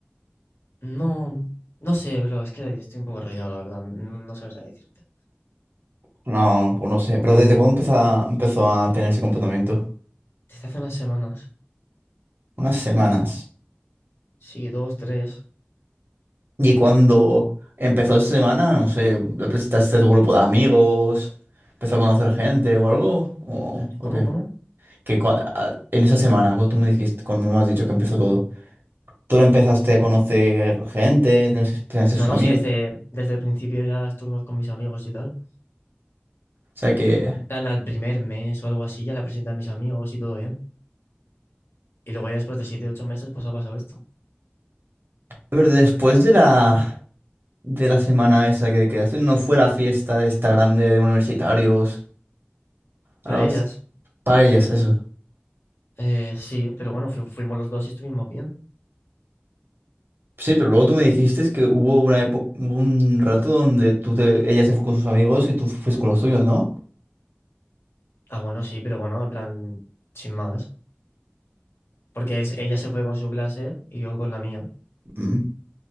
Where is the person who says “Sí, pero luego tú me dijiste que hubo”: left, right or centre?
Right